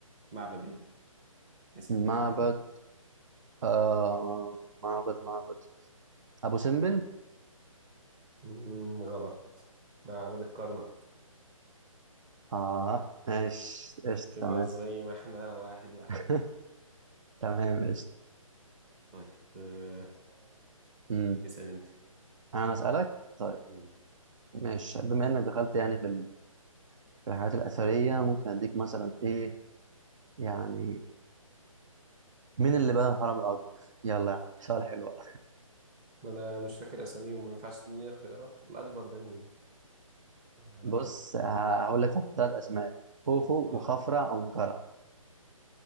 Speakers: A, on the right (about 15°); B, on the right (about 60°).
A: معبد ايه اسمه
B: معبد
A: ايه فاكره
B: آه معبد معبد أبو سمبل
A: مم، غلط معبد الكرنك
B: اه ماشي قشطة
A: كده
B: تمام
A: زي ما احنا واحد واحد
B: <laughs> تمام قشطة
A: طيب آه
B: أمم.
A: اسأل انت
B: أنا أسألك طيب
A: مم.
B: ماشي بما إنك دخلت يعني في ال- في الحاجات الأثرية ممكن أديك مثلا إيه يعني مين اللي بنى الهرم الأكبر؟ يلا يا عم، سؤال حلو أوي.
A: ما انا مش فاكر اساميهم ما ينفعش تديني اختيارات الاكبر ده مين اه
B: بص ه- هقول لك ثلاث أسماء خوفو
A: آه.
B: وخفرع ومنقرع